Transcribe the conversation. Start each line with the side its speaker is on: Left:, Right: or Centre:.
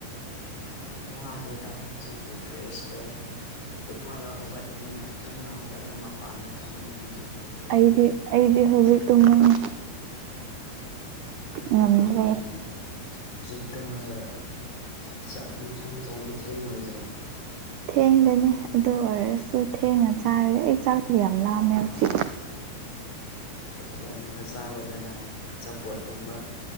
Left: ꯎ <inaudible> ꯋꯥꯗꯦꯗ ꯍꯧꯖꯤꯛꯇꯤ ꯐ꯭ꯔꯦꯁ ꯑꯣꯏꯔꯦ ꯇꯨꯝꯃꯒ ꯍꯧꯒꯠꯄꯅꯤꯅ ꯇꯨꯝꯒ ꯍꯧꯒꯠꯂ ꯃꯄꯥꯟꯗ ꯐꯝꯕꯅꯤꯅ ꯑꯗꯨ
Right: ꯑꯩꯗꯤ ꯑꯩꯗꯤ ꯍꯧꯖꯤꯛ ꯇꯨꯝꯃꯅꯤ ꯉꯝꯗ꯭ꯔꯦ
Left: ꯀꯩꯒꯤꯅꯪ ꯍꯧꯖꯤꯛ꯫ ꯇꯨꯝꯂꯒ ꯆꯥꯛ ꯌꯦꯟꯁꯥꯡ ꯊꯣꯡꯕ ꯊꯦꯡꯂꯣꯏꯗ꯭ꯔꯣ꯫
Right: ꯊꯦꯡꯒꯅꯤ ꯑꯗꯨ ꯑꯣꯏꯔꯁꯨ ꯊꯦꯡꯅ ꯆꯥꯔꯒ ꯑꯩ ꯆꯥꯛꯕ ꯌꯥꯝ ꯂꯥꯝꯃꯦ ꯍꯧꯖꯤꯛ꯫
Left: ꯊꯣꯡꯉꯒ ꯆꯥꯎꯗꯅ ꯑꯆꯥꯄꯣꯠꯀꯨꯝꯕ